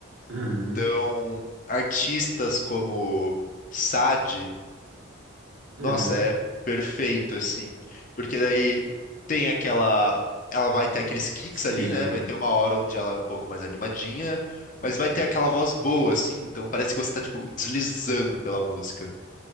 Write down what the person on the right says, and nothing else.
Uhum,
uhum.
Sim.